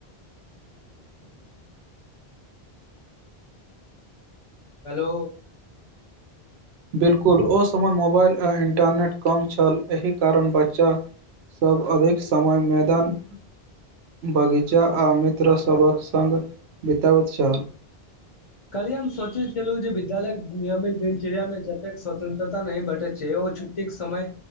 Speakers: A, on the left; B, on the right.
A: हेलो
B: बिल्कुल ओ समय मोबाइल आ इन्टरनेट कम छल एहि कारण बच्चा सभ अधिक समय मैदान बगीचा आ मित्र सभक संग बितबैत छल
A: कल्हि हम सोचे छलु जे विद्यालय नियमित दिनचर्या मे जतेक स्वतंत्रता नहि भेटैत छै ओ छु टीक समय